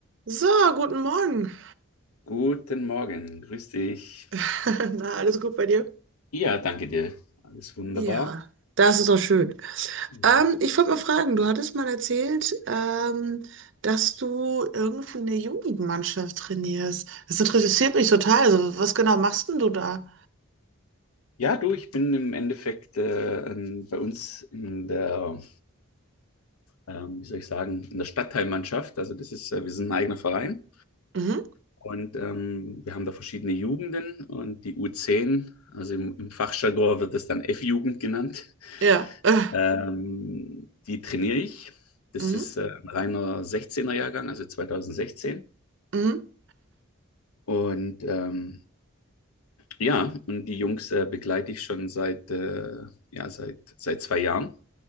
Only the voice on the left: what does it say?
Guten Morgen, grüß dich.
Ja, danke dir. Alles wunderbar.
Ja,
ja du, ich bin im Endeffekt äh, ähm, bei uns in der, ähm, wie soll ich sagen, in der Stadtteilmannschaft. Also das ist, äh, wir sind ein eigener Verein
und ähm, wir haben da verschiedene Jugenden und die U10, also im, im Fachjargon wird das dann F-Jugend genannt,
ähm, die trainiere ich. Das
ist äh, ein reiner 16er-Jahrgang, also 2016.
Und ähm, Ja, und die Jungs äh, begleite ich schon seit, äh, ja, seit, seit zwei Jahren.